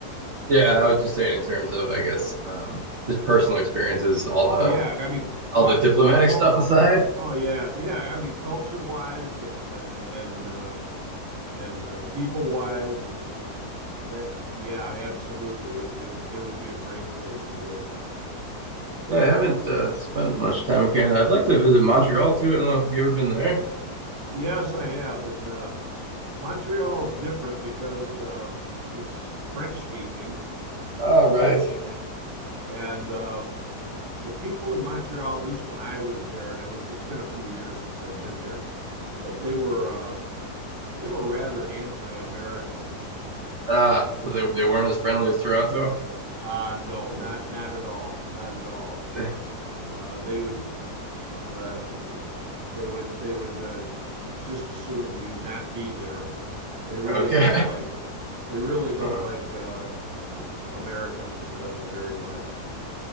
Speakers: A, on the right; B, on the right.
A: Yeah, I was just saying in terms of I guess um just personal experiences, all
B: Oh
A: the
B: yeah, I mean, quite
A: all the diplomatic
B: cult.
A: <laughs> stuff aside.
B: Oh yeah, yeah. I mean, culture wise and uh, and uh, and uh, people wise and uh, that. Yeah, absolutely. It, it it would be a great place to live.
A: Yeah, I haven't uh, spent much time in Canada. I'd like to visit Montreal too. I don't know if you've ever been there.
B: Yes, I have, and uh, Montreal's different because uh, it's French speaking,
A: Oh, right.
B: and, and uh, the people in Montreal, at least when I was there, and it was it's been a few years since I've been there, but they were uh, they were rather anti-American.
A: Ah, so they they weren't as friendly as Toronto.
B: Uh, no, not not at all, not at all.
A: <laughs>
B: Uh, they would Uh, they would they would uh, just as soon you not be there. <laughs> They really
A: Okay.
B: don't
A: <laughs>
B: like they really don't
A: Huh,
B: like uh, uh, Americans uh, very much.